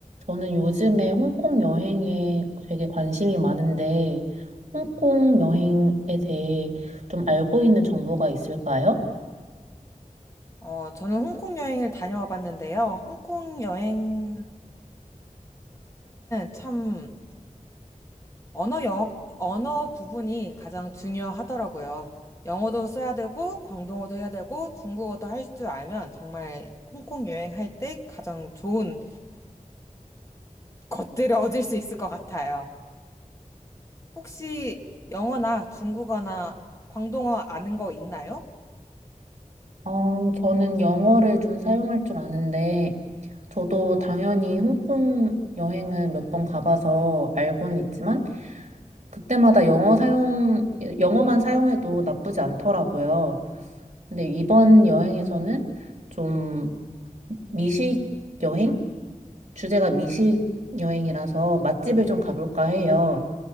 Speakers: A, on the right (about 55°); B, on the left (about 20°).
A: 저는 요즘에 홍콩 여행에 되게 관심이 많은데, 홍콩 여행에 대해 좀 알고 있는 정보가 있을까요?
B: 어, 저는 홍콩 여행을 다녀와 봤는데요. 홍콩 여행에서는 참 언어 영역, 언어 부분이 가장 중요하더라고요. 영어도 써야 되고, 광동어도 해야 되고, 중국어도 할 줄 알면 정말 홍콩 여행할 때 가장 좋은 것들을 얻을 수 있을 것 같아요. 혹시 영어나 중국어나 광동어 아는 거 있나요?
A: 어, 저는 영어를 좀 사용할 줄 아는데, 저도 당연히 홍콩 여행은 몇 번 가봐서 알고는 있지만, 그때마다 영어 사용, 영어만 사용해도 나쁘지 않더라고요. 근데 이번 여행에서는 좀 미식 여행? 주제가 미식 여행이라서 맛집을 좀 가볼까 해요.